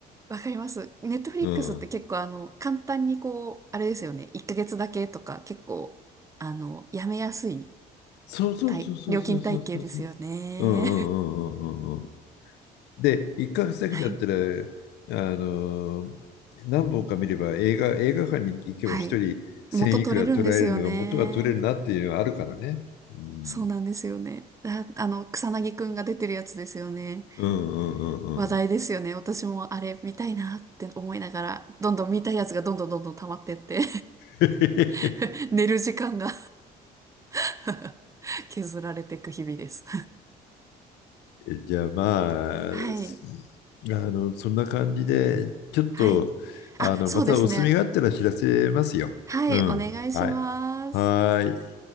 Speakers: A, on the right (about 20°); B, on the left (about 90°).
A: わかります。ネットフリックスって結構あの、
B: うん。
A: 簡単にこう、あれですよね。1ヶ月だけとか結構、あの、やめやすい
B: そうそうそうそうそうそうそうそう。
A: 体、料金体系ですよね。
B: うんうんうんうんうんうん。で、一ヶ月だけだったら、
A: <laughs> はい。
B: あの、何本か見れば映画、映画館に行けば一人1000いくら取られるのが元が取れるなっていうのはあるからね。
A: はい。元取れるんですよね。
B: うん。
A: そうなんですよね。あ、あの、草薙くんが出てるやつですよね。
B: うんうんうんうん。
A: 話題ですよね。私もあれ見たいなって思いながら、どんどん見たいやつがどんどんどんどん溜まってって
B: <laughs>
A: <laughs> 寝る時間が <laughs> 削られていく日々です。
B: えじゃあまあ、
A: はい。
B: すあの、そんな感じで、ちょっと、
A: はい。
B: あの、
A: あ、そうですね。
B: またお墨があったら知らせますよ。
A: はい、
B: うん。
A: お願いします。
B: はい。はーい。